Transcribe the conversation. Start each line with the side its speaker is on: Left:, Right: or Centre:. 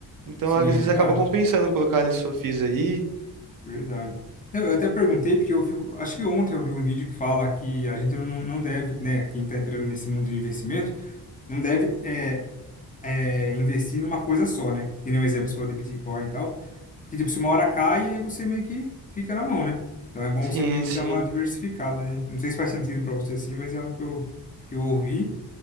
Right: Então
Left: sim,
Right: às vezes
Left: verdade,
Right: acaba compensando colocar nesse Sofisa aí.
Left: verdade. Eu até perguntei, porque eu vi, acho que ontem eu vi um vídeo que fala que a gente não, não deve, né, quem está entrando nesse mundo de investimento, não deve é, é, investir numa coisa só, né? Que nem um exemplo, você falou de Bitcoin e tal. Porque, tipo, se uma hora cai, aí você meio que fica na mão, né? Então é bom
Right: Sim,
Left: você meio
Right: sim.
Left: que dar uma diversificada, né? Não sei se faz sentido pra você assim, mas é algo que eu, que eu ouvi.